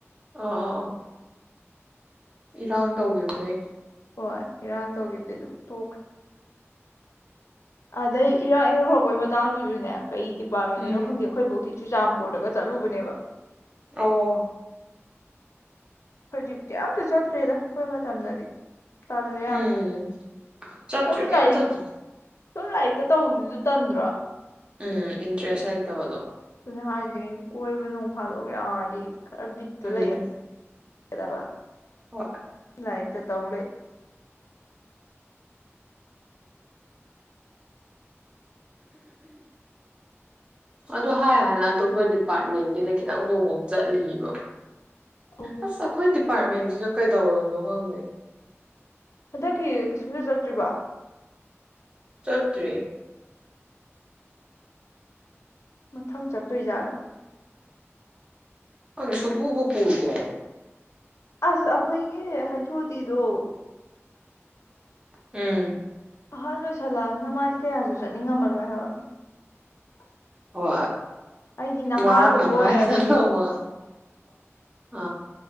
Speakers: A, on the right; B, on the left.
A: ꯑꯥ ꯑꯥ ꯑꯥ ꯏꯔꯥꯡ ꯇꯧꯈꯤꯕꯗꯣ ꯍ
B: ꯍꯣꯏ ꯏꯔꯥꯡ ꯇꯧꯈꯤꯕꯗꯤ ꯑꯗꯨ ꯇꯣꯛꯈ꯭ꯔꯦ ꯑꯗꯩ ꯏꯔꯥꯡꯦꯛ ꯍꯧꯔꯛꯄꯩ ꯃꯇꯥꯡꯗꯨꯁꯨꯅꯦ ꯀꯩ ꯗꯤꯄꯥꯔꯠꯃꯒꯤꯦꯣ
A: ꯎꯝ
B: ꯈꯪꯗꯦ ꯑꯩꯈꯣꯏꯐꯥꯎꯗꯤꯤ ꯆꯨꯔꯆꯥꯟꯄꯨꯔꯗꯒ ꯆꯠꯂꯨꯕꯅꯦꯕ
A: ꯑꯣ
B: ꯍꯧꯖꯤꯛꯇꯤ ꯑꯇ ꯆꯠꯇ꯭ꯔꯦꯗ ꯑꯩꯈꯣꯏ ꯃꯇꯝꯗꯗꯤ ꯇꯂꯂꯤꯌꯥ
A: ꯎꯝ ꯆꯠꯇ꯭ꯔꯤ
B: ꯁꯨꯝ
A: ꯀꯩꯝ
B: ꯂꯥꯏꯛ
A: ꯆꯠꯇ꯭ꯔꯤ
B: ꯁꯨꯝ ꯂꯥꯏꯔꯤꯛꯇ ꯇꯧꯕꯗꯨꯁꯨ ꯇꯟꯗ꯭ꯔꯣ
A: ꯎꯝ ꯏꯟꯇ꯭ꯔꯦꯁ ꯑꯥꯏꯇꯕꯂꯣ
B: ꯑꯗꯨꯅ ꯍꯥꯏꯁꯦ ꯀꯣꯏꯕ ꯅꯣꯡ ꯐꯥꯗꯣꯛ ꯌꯥꯔꯗꯤ ꯈꯔꯕꯤꯠꯇꯨ
A: ꯎꯝ
B: ꯂꯩ ꯀꯗꯕ
A: ꯍꯣꯏ
B: ꯂꯛ ꯠꯇ ꯇꯧꯂ
A: ꯑꯣ ꯍꯥꯏꯥꯟꯅ ꯑꯇꯣꯞꯄ ꯗꯤꯄꯥꯔꯠꯃꯦꯟꯒꯤꯅ ꯈꯤꯇꯪꯕꯨ ꯑꯃꯨꯛ ꯆꯠꯂꯤꯕ
B: ꯑꯧ
A: ꯑꯁ ꯑꯩꯈꯣꯏ ꯗꯤꯄꯥꯔꯠꯃꯦꯟꯁꯤ ꯀꯩꯗꯧꯔꯅꯣ ꯈꯪꯗꯦ
B: ꯍꯟꯗꯛꯀꯤ ꯀꯩꯁꯨꯝꯗ ꯆꯠꯇ꯭ꯔꯤꯕ
A: ꯆꯠꯇ꯭ꯔꯤ
B: ꯃꯊꯪ ꯆꯠꯇꯣꯏ ꯖꯥꯠꯂꯥ
A: ꯁꯨꯄ ꯄꯨꯄꯨ ꯀ
B: ꯑꯁ ꯑꯩꯈꯣꯏꯒꯤ ꯍꯥꯏꯆꯣꯗꯤꯗꯣ
A: ꯎꯝ
B: ꯑꯍꯟ ꯑꯣꯏꯁꯜꯂꯛꯑꯅꯤꯅ ꯃꯥꯗꯤ ꯀꯌꯥꯁꯨ ꯆꯠꯅꯤꯡꯉꯝꯃꯔꯣꯏ ꯍꯥꯏꯕ
A: ꯍꯣꯏ
B: ꯑꯩꯗꯤ ꯅꯍꯥꯒꯨꯝꯕ
A: ꯋꯥꯔꯝꯕꯅꯤ
B: ꯑꯣꯏꯔꯒꯗꯤꯀꯣ
A: ꯃꯥꯒꯤ ꯆꯗꯃ ꯑ